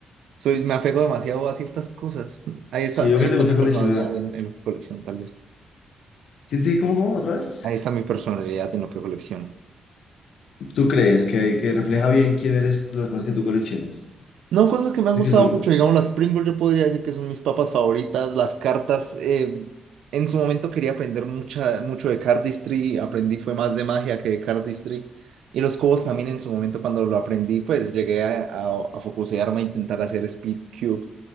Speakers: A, on the right; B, on the left.
A: Soy, me apego demasiado a ciertas cosas. Ahí
B: Sí,
A: está,
B: veo
A: ahí
B: que te
A: está
B: gusta
A: mi
B: coleccionar.
A: personalidad en, en lo que colecciono, tal vez.
B: ¿Sientes que cómo, cómo, otra vez?
A: Ahí está mi personalidad en lo que colecciono.
B: ¿Tú crees que, que refleja bien quién eres las cosas que tú coleccionas?
A: No, cosas que me
B: ¿De
A: han gustado
B: qué son?
A: mucho, digamos las Pringles, yo podría decir que son mis papas favoritas, las cartas, eh, en su momento quería aprender mucha, mucho de cardistry, aprendí fue más de magia que de cardistry, y los cubos también en su momento cuando lo aprendí, pues llegué a, a, a focusearme a intentar hacer speed cube,